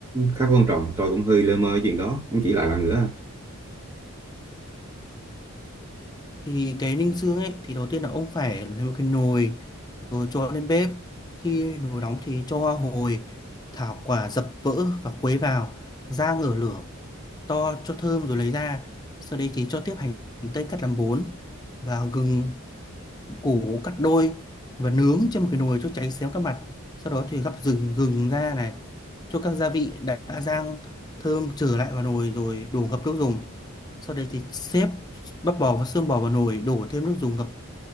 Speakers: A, on the right (about 20°); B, on the left (about 20°).
A: khá quan trọng tôi cũng hơi lơ mơ chuyện đó không chỉ lại bạn nữa
B: thì cái ninh xương ấy thì đầu tiên là ông phải lấy một cái nồi rồi cho lên bếp khi nồi nóng thì cho hoa hồi thảo quả dập vỡ và quấy vào rang ngửa lửa to cho thơm rồi lấy ra sau đấy thì cho tiếp hành tây cắt làm bốn và gừng củ cắt đôi và nướng trên một cái nồi cho cháy xém các mặt sau đó thì gắp rừng gừng ra này cho các gia vị đã rang thơm trở lại vào nồi rồi đổ ngập nước dùng sau đấy thì xếp bắp bò và xương bò vào nồi đổ thêm nước dùng ngập